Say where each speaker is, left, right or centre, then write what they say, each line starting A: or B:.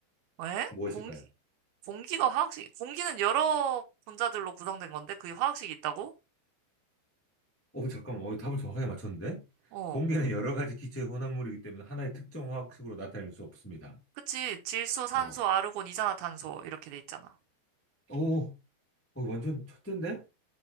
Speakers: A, on the right (about 75°); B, on the left (about 15°).
A: 왜?
B: 무엇일까요?
A: 공기, 공기가 화학식, 공기는 여러 분자들로 구성된 건데, 그게 화학식이 있다고?
B: 어, 잠깐만, 어, 답을 정확하게 맞췄는데?
A: 어.
B: 공기는 여러 가지 기체의 혼합물이기 때문에 하나의 특정 화학식으로 나타낼 수 없습니다.
A: 그치. 질소, 산소,
B: 어,
A: 아르곤, 이산화탄소. 이렇게 돼 있잖아.
B: 오, 어, 완전 첫째인데?